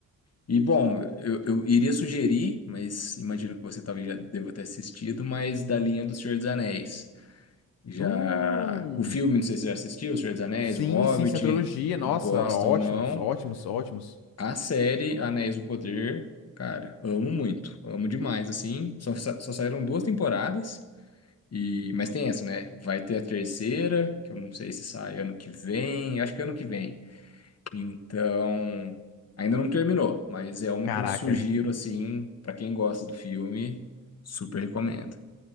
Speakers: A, on the left (about 45°); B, on the left (about 85°).
A: E, bom, eu, eu iria sugerir, mas imagino que você talvez já deva ter assistido, mas da linha do Senhor dos Anéis. Já...
B: Hum.
A: O filme, não sei se você já assistiu, O Senhor dos Anéis,
B: Sim,
A: O Hobbit,
B: sim, Centrologia, nossa,
A: gosta
B: ótimos,
A: ou não.
B: ótimos, ótimos.
A: A série Anéis do Poder, cara, amo muito, amo demais, assim. Só, sa- só saíram duas temporadas, e mas tem essa, né? Vai ter a terceira, que eu não sei se sai ano que vem, eu acho que é ano que vem. Então, ainda não terminou, mas é uma
B: Caraca.
A: que eu sugiro, assim, pra quem gosta do filme, super recomendo.